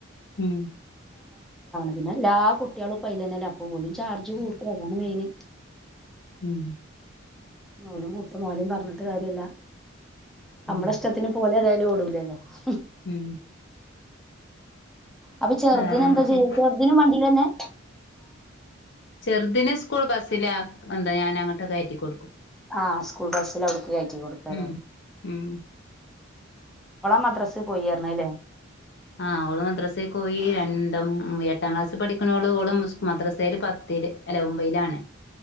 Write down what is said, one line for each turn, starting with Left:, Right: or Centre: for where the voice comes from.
Left: ഈമ്
Centre: പിന്നെ എല്ലാ കുട്ടികളും ഇപ്പ അയില് തന്നെല്ലേ അപ്പ ഓനും ചാർജ് കൂട്ടും അതാണ് മെയിന്
Left: ഉം
Centre: മോളും മൂത്ത മോനും പറഞ്ഞിട്ട് കാര്യല്ല നമ്മള
Left: ഉം
Centre: ഇഷ്ടത്തിന് പോന്നല്ലേ വണ്ടി ഓടൂലല്ലോ ഹും
Left: ഉം
Centre: അപ്പൊ ചെറുതിനെന്താ
Left: വേറെന്തൊക്കെ
Centre: ചെയ്യ ചെറുതിനും വണ്ടീലന്നെ
Left: ചെറുതിന് സ്കൂൾ ബസ്സില കൊണ്ട് ഞാനങ്ങട്ട് കേറ്റികൊടുക്കും
Centre: ആ സ്കൂൾ ബസില് അവിടുക്ക് കേറ്റി കൊടുക്കുവല്ലേ
Left: ഉം ഉം
Centre: മദ്രാസ പോയാരുന്നല്ലേ
Left: ആ ഓള് മദ്രസക്ക് പോയി രണ്ടും എട്ടാം ക്ലാസ്സിൽ പഠിക്കണോള് ഓളും സ്കൂൾ മദ്രസയില് പത്ത് അല്ല ഒമ്പയിലാണ്